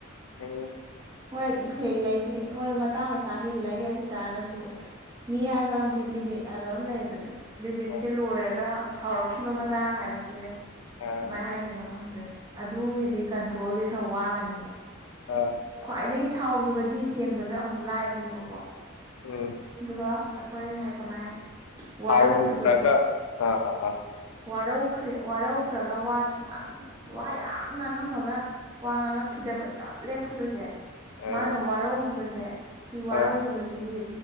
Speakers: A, on the left; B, on the right.
A: ꯑ
B: ꯍꯣꯏ ꯂꯩꯗꯤ ꯍꯣꯏ ꯃꯇꯥꯡ ꯃꯇꯥꯡꯒꯤ ꯂꯩ ꯑꯗꯨ ꯑꯣꯏ ꯇꯥꯔꯒꯁꯨ ꯃꯤ ꯍꯥꯏꯕ ꯑ ꯂꯤꯃꯤꯠ ꯍꯥꯏꯕ ꯑꯃ ꯂꯩꯌꯦꯕꯅꯦ ꯂꯤꯃꯤꯠꯁꯦ
A: ꯑꯥ
B: ꯂꯣꯏꯔꯒ ꯁꯥꯎꯔꯛꯈꯤꯕ ꯃꯇꯥꯡ ꯍꯥꯏꯕꯁꯦ
A: ꯑꯥ
B: ꯀꯃꯥꯏꯅ ꯍꯥꯏꯗꯣꯏꯅꯣ ꯐꯪꯗꯅꯦ ꯑꯗꯨꯒꯤꯗꯤ ꯀꯟꯇ꯭ꯔꯣꯜꯁꯦ ꯈꯔ ꯋꯥꯒꯅꯤꯕ
A: ꯑ
B: ꯈ꯭ꯋꯥꯏꯗꯒꯤ ꯁꯥꯎꯈꯤꯕꯗꯤ ꯊꯦꯝꯕꯗ ꯑꯃꯨꯛ ꯂꯥꯏꯕꯅꯦꯕꯀꯣ
A: ꯎꯝ
B: ꯑꯗꯨꯒ ꯑꯩꯈꯣꯏ ꯍꯥꯏ ꯀꯃꯥꯏ
A: ꯁꯥꯎꯟꯒ
B: ꯋꯥꯔꯧꯈꯤꯕꯗꯣ
A: ꯑꯥ ꯑ ꯑꯥ
B: ꯋꯥꯔꯧꯈ꯭ꯔ ꯋꯥꯔꯧꯈ꯭ꯔꯒ ꯋꯥꯁꯨ ꯋꯥ ꯌꯥꯝ ꯉꯥꯡꯉꯝꯃꯒ ꯋꯥ ꯉꯥꯡꯉꯛꯈꯤꯗ ꯗꯕ ꯆꯞ ꯂꯦꯞꯈꯤꯕꯁꯦ
A: ꯑꯥ
B: ꯃꯥꯅ ꯋꯥꯔꯧꯈꯤꯕꯁꯦ ꯁꯤ ꯋꯥꯔꯧꯈꯤꯕꯁꯤꯗꯤ
A: ꯑꯥ